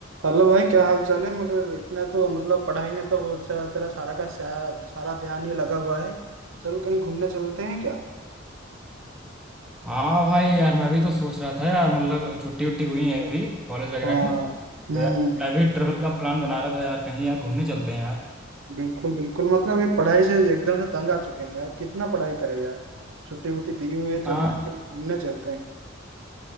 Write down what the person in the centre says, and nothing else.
हाँ भाई यार मैं भी तो सोच रहा था यार मतलब छुट्टी वुट्टी हुई है अभी कॉलेज
वगैरह की
तो यार मैं भी ट्रेवल का प्लान बना रहा था यार कहीं यार घूमने चलते हैं यार
हाँ